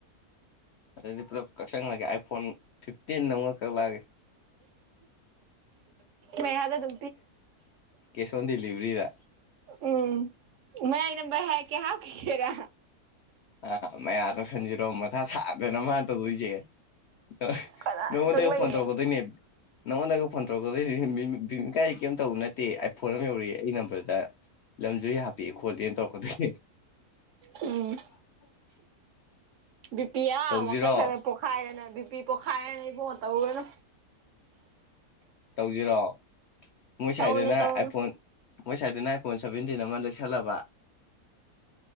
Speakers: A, on the left; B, on the right.
A: ꯑꯗꯨꯗꯤ ꯄꯨꯂꯞ ꯀꯛꯁꯪꯍꯜꯂꯒꯦ ꯑꯥꯏꯐꯣꯟ ꯐꯤꯞꯇꯤꯟ ꯑꯃꯛ ꯀꯛꯂꯛꯑꯒꯦ
B: ꯃ ꯍꯥꯗ ꯑꯗꯨ
A: ꯀꯦꯁ ꯑꯣꯟ ꯗꯤꯂꯤꯕꯔꯤꯗ
B: ꯎꯝ ꯃꯌꯥꯏꯒꯤ ꯅꯝꯕꯔ ꯍꯥꯏꯀꯦ ꯍꯥꯎꯈꯤꯒꯦꯔꯥ
A: ꯑ ꯃꯌꯥ ꯇꯧꯁꯟꯖꯤꯔꯣ ꯃꯊꯥ ꯁꯥꯗꯅ ꯃꯥ ꯇꯧꯗꯣꯏꯁꯦ ꯑ
B: ꯀꯅꯥꯅ
A: ꯅꯣꯡꯉꯣꯟꯇꯒ
B: ꯀꯛꯂꯛꯏꯅꯣ
A: ꯐꯣꯟ ꯇꯧꯔꯛꯀꯗꯣꯏꯅꯦ ꯅꯉꯣꯟꯗꯒ ꯐꯣꯟ ꯇꯧꯔꯛꯀꯗꯣꯏꯅꯤꯅꯦ ꯀꯥꯏ ꯀꯩꯝ ꯇꯧꯕ ꯅꯠꯇꯦ ꯑꯩ ꯐꯣꯟ ꯑꯃ ꯌꯧꯔꯛꯏ ꯑꯩ ꯅꯝꯕꯔꯗ ꯂꯝꯁꯨ ꯍꯥꯄꯦꯑꯦ ꯈꯣꯠꯂꯦꯅ ꯇꯧꯔꯛꯀꯗꯣꯏꯅꯦ
B: ꯎꯝ
A: <inaudible>
B: ꯕꯤꯄꯤ ꯑꯥ
A: ꯇꯧꯁꯤꯔꯣ
B: ꯋꯥꯡꯈꯜ ꯈꯔꯅ ꯄꯣꯛꯈꯥꯏꯔꯅ ꯕꯤꯄꯤ ꯄꯣꯈꯥꯏꯔꯅ ꯏꯕꯣꯟ ꯇꯧꯔꯨꯔꯅꯨ
A: ꯇꯧꯁꯤꯔꯛꯣꯑꯣ ꯃꯣꯏ ꯁ꯭ꯋꯥꯏꯗꯅ
B: ꯇꯧꯅꯨ ꯇꯧꯅꯨ
A: ꯑꯥꯏꯐꯣꯟ ꯃꯣꯏ ꯁꯥꯏꯏꯗꯅ ꯑ ꯐꯣꯟ ꯁꯚꯦꯟꯇꯤꯟ ꯑꯃ ꯂꯩꯁꯜꯂꯕ